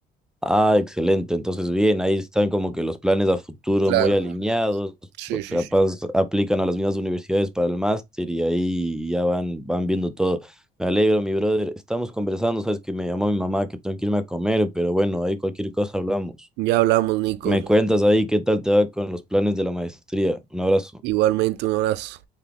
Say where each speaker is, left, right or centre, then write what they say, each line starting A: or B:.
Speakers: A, in the centre; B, on the right.
A: Ah, excelente. Entonces, bien, ahí están como que los planes a futuro
B: Claro,
A: muy alineados.
B: sí,
A: pues,
B: sí,
A: Capaz
B: sí.
A: aplican a las mismas universidades para el máster y ahí ya van, van viendo todo. Me alegro, mi brother. Estamos conversando, sabes que me llamó mi mamá que tengo que irme a comer, pero bueno, ahí cualquier cosa hablamos.
B: Ya hablamos, Nico.
A: Me cuentas ahí qué tal te va con los planes de la maestría. Un abrazo.
B: Igualmente, un abrazo.